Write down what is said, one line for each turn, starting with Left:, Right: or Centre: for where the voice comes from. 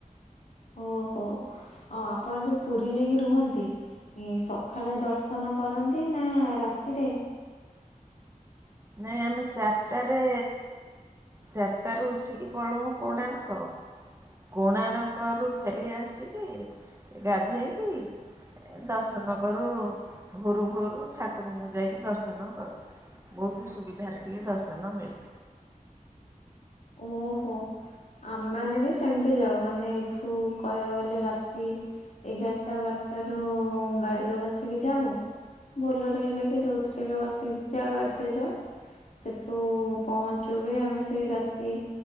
Left: ଓହୋ ଆପଣ ଯୋଉ ପୁରୀ ଯାଇ ରୁହନ୍ତି ଏ ସକାଳେ ଦର୍ଶନ କରନ୍ତି ନା ରାତିରେ?
Right: ନାଇଁ ଆମେ ଚାରିଟାରେ ଚାରିଟାରୁ ଉଠିକି ପଳଉ କୋଣାର୍କ। କୋଣାର୍କରୁ ଫେରି ଆସିକି ଗାଧେଇକି ଏ ଦର୍ଶନ କରୁ, ଭୋରୁ ଭୋରୁ ଠାକୁରଙ୍କୁ ଯାଇକି ଦର୍ଶନ କରୁ। ବୋହୁତ୍ ସୁବିଧାରେ ଟିକେ ଦର୍ଶନ ମିଳେ।
Left: ଓହୋ। ଆମେମାନେ ବି ଏମିତି ଯାଉ ମାନେ ଏଇଠୁ କହିବାକୁ ଗଲେ ରାତି ଏଗାରଟା ବାରଟାରୁ ଗାଡ଼ିରେ ବସିକି ଯାଉ। ବୋଲେର ହେଲେ ବି ଯୋଉ ଥିରେ ହେଲେ ବସିକି ଯାଉ ଗାଡ଼ିରେ ଯାଉ। ସେଠୁ ପହଞ୍ଚୁ ବି ଆମେ ସେଇ ରାତି